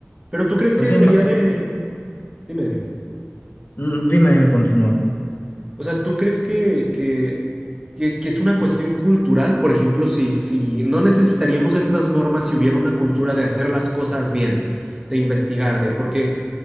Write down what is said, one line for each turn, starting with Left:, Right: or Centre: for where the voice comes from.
Right: Pero tú crees
Left: Pues
Right: que debería
Left: sí, más que...
Right: de... Dime, dime.
Left: Mm, Dime, dime, continúa.
Right: O sea, ¿tú crees que, que, que es, que es una cuestión cultural? Por ejemplo, si, si no necesitaríamos estas normas si hubiera una cultura de hacer las cosas bien, de investigar, de... Porque